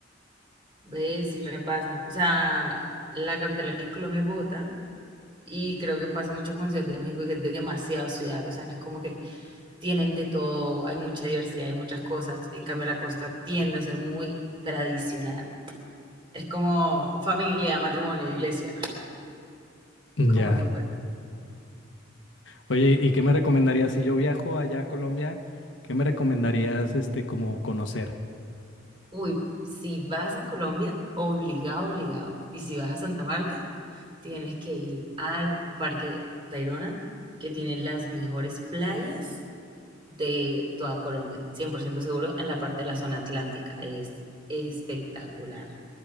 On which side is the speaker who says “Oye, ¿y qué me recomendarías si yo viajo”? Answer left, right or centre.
Left